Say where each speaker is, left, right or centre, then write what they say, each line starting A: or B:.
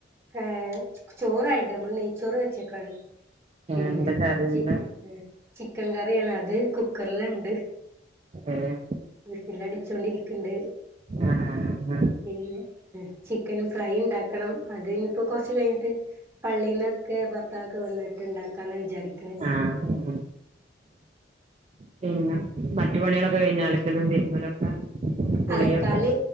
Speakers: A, on the right (about 15°); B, on the right (about 35°).
A: ഏഹ് ചോറായിണ്ട് നമ്മള് നെയ്ച്ചോറ് വെച്ചേക്കാണ് പിന്നെ
B: എന്താ കറി
A: ചി
B: എന്താ
A: ചിക്കൻ കറിയാണ് അത് കുക്കറിലുണ്ട്
B: ഏഹ്
A: വിസിലടിച്ചോണ്ടിരിക്കണ്ട്
B: ആഹ്
A: പിന്നെ ചി ക്കൻ ഫ്രൈ ഉണ്ടാക്കണം അതിനിയിപ്പോൾ കുറച്ച് കഴിഞ്ഞിട്ട് പള്ളീന്നൊക്കെ ഭർത്താവൊക്കെ വന്നിട്ട് ഉണ്ടാക്കാന്നാ വിചാരിക്കണേ
B: ആഹ് ഉം പിന്നെ മറ്റു പണികളൊക്കെ കഴിഞ്ഞോ അലക്കലും തിരുമ്പലൊക്കെ കുളിയൊക്കെ
A: അലക്കാന്